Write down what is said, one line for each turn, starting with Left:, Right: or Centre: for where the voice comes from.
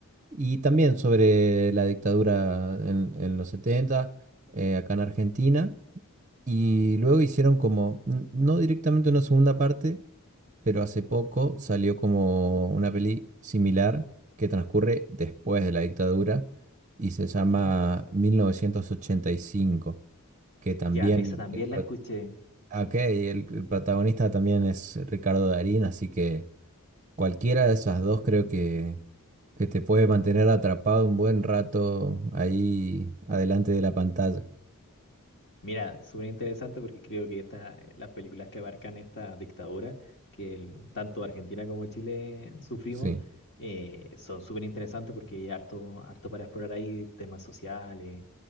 Right: Y también sobre la dictadura en, en los setenta eh, acá en Argentina. Y luego hicieron como, n- no directamente una segunda parte, pero hace poco salió como una peli similar que transcurre después de la dictadura y se llama
Left: Ujú.
Right: 1985, que también
Left: Ya, esa también
Right: el, pro-
Left: la escuché.
Right: ok, el el protagonista también es Ricardo Darín, así que... Cualquiera de esas dos creo que, que te puede mantener atrapado un buen rato ahí adelante de la pantalla.
Left: Mira, súper interesante porque creo que esta, eh, las películas que abarcan esta dictadura que el- tanto Argentina como Chile sufrimos
Right: Sí,
Left: eh, son súper interesantes porque hay harto, harto para explorar ahí temas sociales,